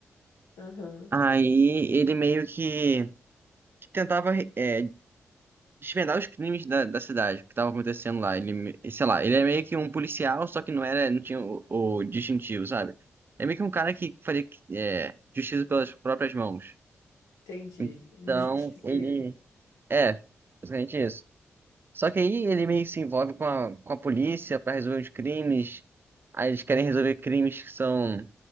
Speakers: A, on the left; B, on the right.
A: aham.
B: Aí ele meio que, que tentava é, desvendar os crimes da, da cidade, o que estava acontecendo lá. Ele, me- sei lá, ele é meio que um policial, só que não era, não tinha o, o distintivo, sabe? É meio que um cara que fazia é, justiça pelas próprias mãos.
A: Entendi.
B: Então,
A: Um justiceiro.
B: ele. É, basicamente isso. Só que aí ele meio que se envolve com a, com a polícia para resolver os crimes. Aí eles querem resolver crimes que são,